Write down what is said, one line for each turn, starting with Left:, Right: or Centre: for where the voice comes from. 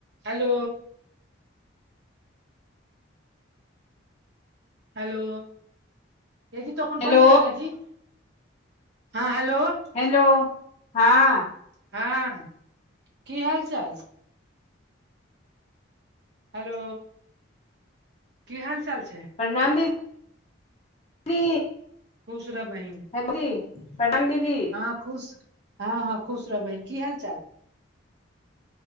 Right: hello hello ए जी तो अपन
Left: हेलो
Right: बन्द कर द जी हँ हेलो
Left: हेलो हँ
Right: हँ की हाल चाल हेलो की हाल चाल छै
Left: प्रणाम दी दी
Right: खुश रह बहिन
Left: हे जी प्रणाम दीदी
Right: हँ खुश हँ हँ खुश रह बहिन की हाल चाल